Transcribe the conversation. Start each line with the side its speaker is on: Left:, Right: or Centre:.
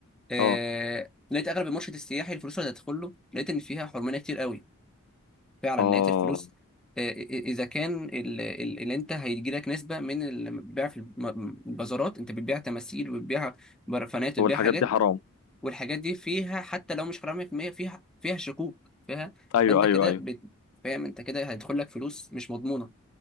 Centre: آه
Left: أه
Centre: لقيت اغلب المرشد السياحي الفلوس اللي هتدخل له لقيت ان فيها حرمانيه كتير قوي فعلا
Left: أه
Centre: لقيت الفلوس آه إ- إ- اذا كان ال- ال- اللي انت هيجي لك نسبه من البيع في الم- البازارات انت بتبيع تماثيل وبتبيع برفانات
Left: والحاجات
Centre: وبتبيع حاجات
Left: دي حرام
Centre: والحاجات دي فيها حتى لو مش حرام 100% فيها فيها شكوك فيها
Left: أيوه
Centre: فانت
Left: أيوه
Centre: كده
Left: أيوه
Centre: بت- فاهم انت كده هيدخل لك فلوس مش مضمونه